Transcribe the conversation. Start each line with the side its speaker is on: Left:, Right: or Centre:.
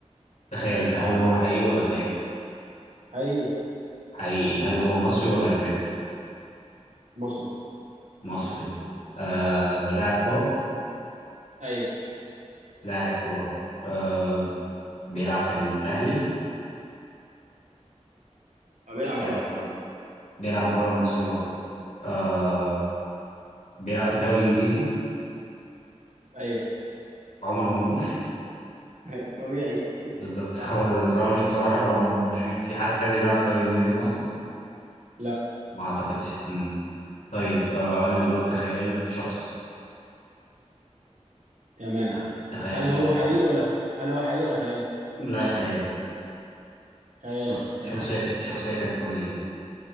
Left: تخيل ده هل هو حقيقي ولا خيال
Right: حقيقي
Left: حقيقي هل هو مصري ولا اجنبي
Right: مصري
Left: مصري آه لاعب كوره
Right: ايوه
Left: لاعب كوره آه بيلعب في الاهلي
Right: هو بيلعب بره
Left: لا،
Right: مصر برضه
Left: بيلعب بره مصر برضه آه بيلعب في الدوري الانجليزي
Right: ايوه
Left: عمر مرموش
Right: <laughs> طبيعي
Left: بالظبط
Right: صح
Left: <laughs> هو ده بس هو مش هو صلاح يبقى عمر مرموش في في حد تاني بيلعب في الدوري الانجليزي مصري
Right: لا
Left: ما اعتقدش مم. طيب آه انا دلوقتي تخيلت شخص
Right: تمام
Left: تخ- تخيلت
Right: هل هو
Left: شخص
Right: حقيقي ولا خ... هل هو حقيقي ولا خيالي
Left: لا خيالي
Right: خيالي
Left: شخص
Right: تمام
Left: شخصيه ك- شخصيه كرتونيه